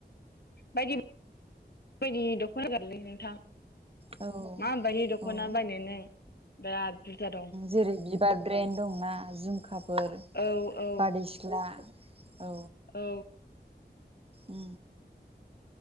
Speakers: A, on the left; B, on the right.
A: बायदि बायदि दख'ना गारलै नोंथां
B: औ
A: मा बादि दख'ना
B: औ
A: बायनो नों बिराद बुरजा दं
B: जेरै बिबार ब्रेेन दंना जझुमखाफोर
A: औ औ
B: बारदै सिख्ला औ
A: औ
B: उ